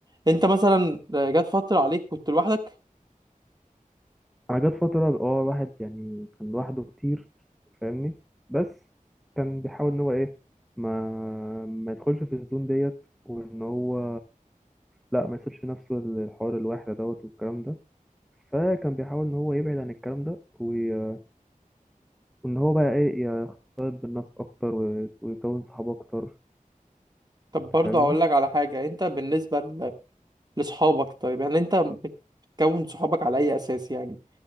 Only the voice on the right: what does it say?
أنت مثلا آه، جات فترة عليك كنت لوحدك
طب برضه
هقول لك على حاجة أنت بالنسبة ل- لصحابك طيب يعني أنت بتكون صحابك على أي أساس يعني؟